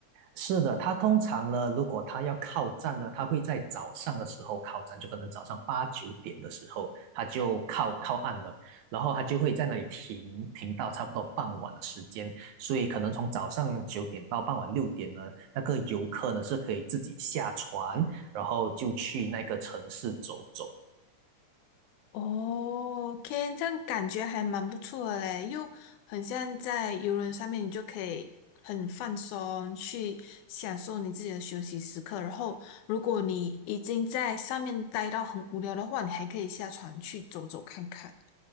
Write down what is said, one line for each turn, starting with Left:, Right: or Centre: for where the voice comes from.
Right: 是的。它通常呢，如果它要靠站呢，它会在早上的时候靠站，就可能早上八九点的时候，它就靠靠岸了，然后它就会在那里停停到差不多傍晚的时间。所以可能从早上九点到傍晚六点呢，那个游客呢是可以自己下船，然后就去那个城市走走。
Left: 哦，OK，这样感觉还蛮不错的嘞，又很像在游轮上面，你就可以很放松，去享受你自己的休息时刻。然后，如果你已经在上面待到很无聊的话，你还可以下船去走走看看。